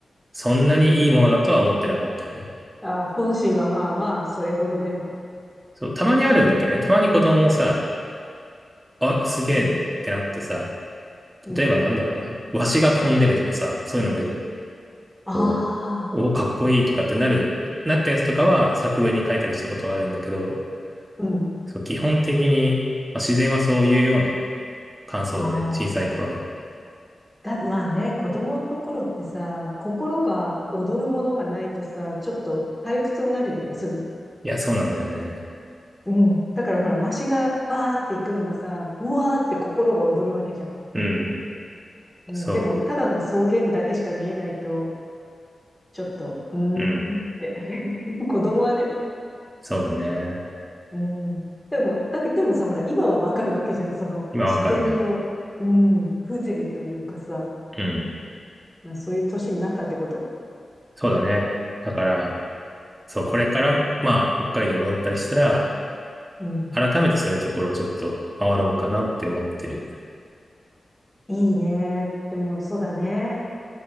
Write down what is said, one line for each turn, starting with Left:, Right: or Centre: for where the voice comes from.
Right: そんなにいいものだとは思ってなかったよね。
Centre: あー本心はまあまあ、それほどでも。
Right: そう、たまにあるんだけどね。たまに子供もさ、あ、すげえってなってさ、
Centre: うん、うん。
Right: 例えばなんだろうな。わしが飛んでるとかさ、そういうので、
Centre: ああ、
Right: こう、お、かっこいいとかってなる、なったやつとかは作文に書いたりしたことはあるんだけど、
Centre: うん。
Right: そう、基本的に、まあ、自然はそういうような感想だね。
Centre: ああ。
Right: 小さい頃の。
Centre: だ、まあね、子供の頃ってさ、心が踊るものがないとさ、ちょっと退屈になるよね、すぐ。
Right: いや、そうなんだよね。
Centre: うん。だからほら、わしがバーって行くのもさ、うわーって心が踊るわけじゃん。
Right: うん。
Centre: うん。
Right: そ
Centre: でも、ただの草原だけしか見えないと、ちょっと、うーんって。
Right: う。うん。
Centre: <laughs> 子供はね、
Right: そうだね。
Centre: うん。でも、だけど、でもさ、ほら、今はわかるわけじゃん。その、
Right: 今わかるね。
Centre: 自然の、うん、風情というかさ、
Right: うん。
Centre: まあ、そういう年になったってこと
Right: そうだね。だから、そう、これから、まあ、北海道戻ったりしたら、
Centre: うん。
Right: 改めてそういうところをちょっと回ろうかなって思ってる。
Centre: いいね。でも、そうだね。